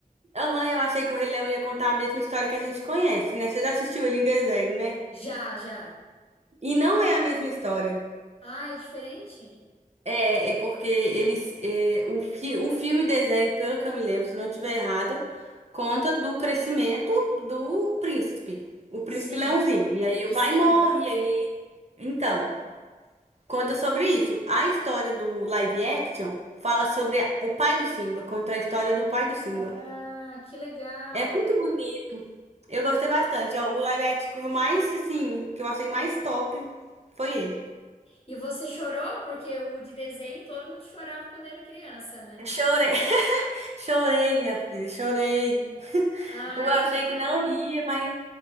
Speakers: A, on the right; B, on the left.
A: Aham, eu achei que o Rei Leão ia contar a mesma história que a gente conhece, né? Você já assistiu ele em desenho, né?
B: Já, já.
A: E não é a mesma história.
B: Ah, é diferente?
A: É, é porque eles. é, o, fi, o filme desenho, pelo que eu me lembro, se eu não estiver errada, conta do crescimento do príncipe. O príncipe
B: Sim,
A: Leãozinho. E aí
B: do
A: o pai
B: Simba.
A: morre, e aí. Então, conta sobre isso. A história do live action fala sobre a- o pai do Simba, conta a história do pai do Simba.
B: Ah, que legal.
A: É muito bonito. Eu gostei bastante. É O live action mais, assim, que eu achei mais top foi ele.
B: E você chorou? Porque o de desenho todo mundo chorava quando era criança, né?
A: Chorei, <laughs> chorei, minha filha, chorei.
B: Ai,
A: Eu achei
B: que legal.
A: que não ia, mas